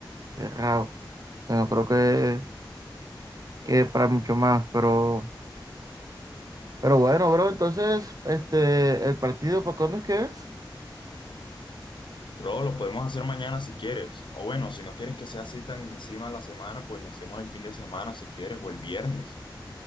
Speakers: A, on the right; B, on the left.
A: cerrado. Bueno, creo que, que para mucho más, pero, pero bueno, bro, entonces, este, el partido, ¿para cuándo es que es?
B: Bro, lo podemos hacer mañana si quieres, o bueno, si no quieres que sea así tan encima de la semana, pues lo hacemos el fin de semana si quieres, o el viernes.